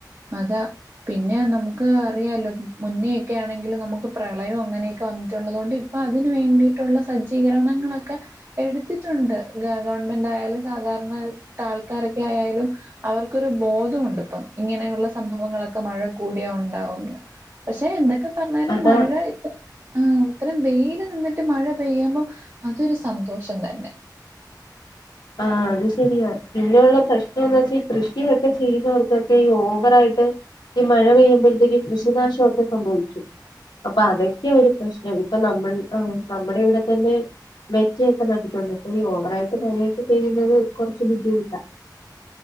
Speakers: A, on the right (about 40°); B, on the left (about 80°).
A: അതാ പിന്നെ നമുക്ക് അറിയാലോ മുന്നേയൊക്കെ ആണെങ്കിലും നമുക്ക് പ്രളയവും അങ്ങനെയൊക്കെ വന്നിട്ടുള്ളതു കൊണ്ട് ഇപ്പൊ അതിന് വേണ്ടിയിട്ടുള്ള സജ്ജീകരണങ്ങളൊക്കെ എടുത്തിട്ടുണ്ട് ഗവൺമെന്റ് ആയാലും സാധാരണ ട്ടാൾക്കാരൊക്കെ ആയാലും അവർക്കൊ ബോധമുണ്ട് ഇപ്പം ഇങ്ങനെയുള്ള സംഭവങ്ങളൊക്കെ മഴ കൂടിയാ ഉണ്ടാവുംന്ന് പക്ഷെ എന്തൊ പറഞ്ഞാലും
B: അതാ
A: മഴ ഇത്ര ആ അത്രം വെയില് നിന്നിട്ട് മഴ പെയ്യ്മ്പം അതൊരു സന്തോഷം തന്നെ
B: ആ അത് ശരിയാ പിന്നെയുള്ള പ്രശ്നംന്ന് വെച്ചാ കൃഷിയൊക്കെ ചെയ്യുന്നവർക്കൊക്കെ ഈ ഓവറായിട്ട് ഈ മഴ പെയ്യുമ്പോഴത്തേക്ക് കൃഷിനാശം ഒക്കെ സംഭവിക്കും അപ്പൊ അതി ക്കെയാ ഒരു പ്രശ്നം ഇപ്പൊ നമ്മള് ആ നമ്മടെ ഇവിടെ തന്നെ മെച്ചയൊക്കെ നട്ടിട്ടുണ്ട് ഇപ്പൊ ഈ ഓവറായിട്ട് മഴ പെയ്യ്ത ഴിയുന്നത് കൊറച്ച് ബുദ്ധിമുട്ടാ